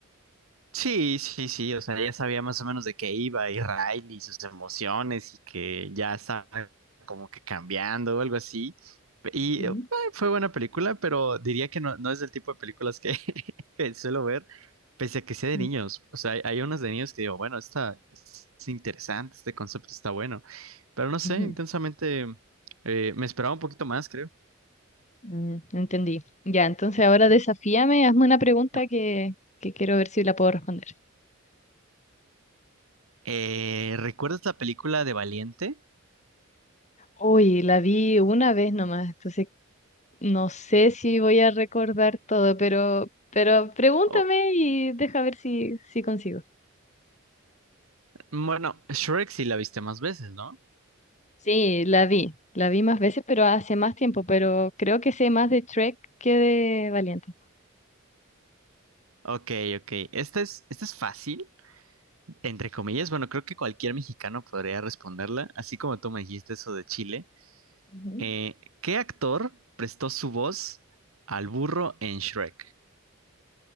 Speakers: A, on the right; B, on the left.
A: Sí, sí, sí, o sea, ya sabía más o menos de qué iba y Riley y sus emociones y que ya estaba como que cambiando o algo así. Y
B: Ujú,
A: eh, fue buena película, pero diría que no, no es del tipo de películas que, <laughs> que suelo ver, pese a que sea de
B: mm,
A: niños. O sea, hay, hay unas de niños que digo, bueno, esta es interesante, este concepto está bueno, pero no sé,
B: ujú,
A: intensamente eh, me esperaba un poquito más, creo.
B: mm, Entendí. Ya, entonces ahora desafíame, hazme una pregunta
A: No.
B: que, que quiero ver si la puedo responder.
A: Eh, ¿recuerdas la película de Valiente?
B: Uy, la vi una vez nomás, entonces no sé si voy a recordar todo, pero, pero pregúntame
A: O-
B: y deja ver si, si consigo.
A: bueno, Shrek sí la viste más veces, ¿no?
B: Sí, la vi, la vi más veces, pero hace más tiempo, pero creo que sé más de Trek que de Valiente.
A: Ok, ok. Esta es, esta es fácil, entre comillas. Bueno, creo que cualquier mexicano podría responderla, así como tú me dijiste eso de Chile.
B: Ujú.
A: Eh, ¿qué actor prestó su voz al burro en Shrek?